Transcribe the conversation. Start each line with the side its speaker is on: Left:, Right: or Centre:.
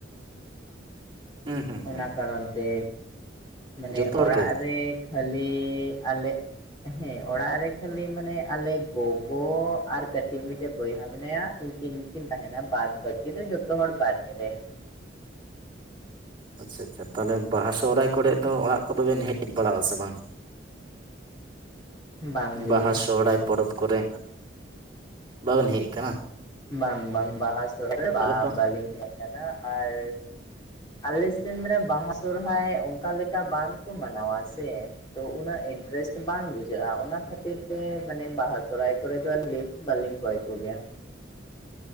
Right: ᱦᱩᱸ ᱦᱩᱸ᱾ ᱦᱩᱸ
Left: ᱚᱱᱟ ᱠᱟᱨᱚᱱ ᱛᱮ, ᱢᱟᱱᱮ
Right: ᱡᱚᱛᱚ ᱦᱚᱲ
Left: ᱚᱲᱟᱜ
Right: ᱜᱮ
Left: ᱨᱮ ᱠᱷᱟᱹᱞᱤ ᱟᱞᱮ ᱦᱮᱸ ᱚᱲᱟᱜ ᱨᱮ ᱠᱷᱟᱹᱞᱤ ᱢᱟᱱᱮ ᱟᱞᱮ ᱜᱚᱜᱚ ᱟᱨ ᱠᱟᱹᱴᱤᱡ ᱢᱤᱫᱴᱮᱱ ᱵᱚᱭᱦᱟ ᱢᱮᱱᱟᱭᱟ ᱩᱱᱠᱤᱱ ᱠᱤᱱ ᱛᱟᱦᱮᱱᱟ ᱵᱟᱫ ᱵᱟᱹᱠᱤ ᱫᱚ ᱡᱚᱛᱚ ᱦᱚᱲ ᱵᱟᱨᱦᱮ ᱨᱮ ᱾
Right: ᱟᱪᱪᱷᱟ ᱟᱪᱪᱷᱟ, ᱛᱟᱦᱚᱞᱮ ᱵᱟᱦᱟ ᱥᱚᱦᱚᱨᱟᱭ ᱠᱚᱨᱮᱜ ᱫᱚ ᱚᱲᱟᱜ ᱠᱚᱫᱚ ᱵᱮᱱ ᱦᱮᱡ ᱵᱟᱲᱟᱜ ᱟᱥᱮ ᱵᱟᱝ?
Left: ᱵᱟᱝᱜᱮ
Right: ᱵᱟᱦᱟ ᱥᱚᱦᱨᱟᱭ ᱯᱚᱨᱚᱵᱽ ᱠᱚᱨᱮ ᱵᱟᱵᱮᱱ ᱦᱮᱡ ᱟᱠᱟᱱᱟ?
Left: ᱵᱟᱝ ᱵᱟᱝ ᱵᱟᱦᱟ ᱥᱚᱦᱨᱟᱭ
Right: ᱛᱟᱦᱚᱞᱮ ᱛᱚ
Left: ᱵᱟᱞᱤᱧ ᱦᱮᱡ ᱟᱠᱟᱱᱟ, ᱟᱨ ᱟᱞᱮ ᱥᱮᱱ ᱢᱟᱱᱮ ᱵᱟᱦᱟ ᱥᱚᱨᱦᱟᱭ ᱚᱱᱠᱟ ᱞᱮᱠᱟ ᱵᱟᱝ ᱠᱚ ᱢᱟᱱᱟᱣᱟ ᱥᱮ ᱾ ᱛᱚ ᱩᱱᱟᱹᱜ ᱤᱱᱴᱟᱨᱮᱥᱴ ᱵᱟᱝ ᱵᱩᱡᱷᱟᱹᱜᱼᱟ ᱚᱱᱟ ᱠᱷᱟᱹᱛᱤᱨ ᱛᱮ ᱢᱟᱱᱮ ᱵᱟᱦᱟ ᱥᱚᱨᱦᱟᱭ ᱠᱚᱨᱮ ᱫᱚ <unintelligible> ᱵᱟᱹᱞᱤᱧ ᱠᱚᱭ ᱠᱚᱜᱮᱭᱟ ᱾